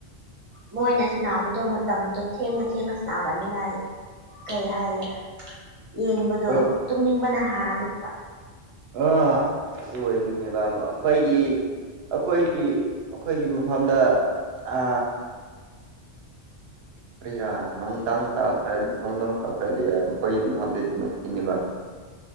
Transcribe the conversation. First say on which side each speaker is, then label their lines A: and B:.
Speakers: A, on the right; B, on the right.
A: ꯃꯣꯏꯅ ꯁꯅꯕꯗꯨ꯫ ꯑꯗꯣ ꯃꯇꯝꯗꯣ ꯊꯦꯡꯅ ꯊꯦꯡꯅ ꯁꯅꯥꯕꯅꯤꯅ ꯑꯩ ꯀꯩ ꯍꯥꯏꯒꯦꯔꯥ ꯌꯦꯡꯕꯗꯣ
B: ꯍꯣꯏ
A: ꯇꯨꯝꯅꯤꯡꯕꯅ ꯍꯜꯂꯦ꯫
B: ꯑꯥ ꯑꯗꯨ ꯑꯣꯏꯕꯅꯦꯕ ꯑꯩꯈꯣꯏꯒꯤ ꯑꯩꯈꯣꯏꯒꯤ ꯑꯩꯈꯣꯏꯒꯤ ꯃꯐꯝꯗ ꯑ ꯀꯔꯤꯔꯥ ꯅꯨꯡꯗꯥꯡ ꯇ ꯈꯔ ꯅꯨꯡꯗꯥꯡ ꯇꯥꯈ꯭ꯔꯗꯤ ꯌꯥꯏ ꯃꯈꯣꯏ ꯃꯝꯐꯝꯥꯐꯝꯗꯗꯤ ꯅꯨꯡꯊꯤꯤꯟꯅꯤꯕ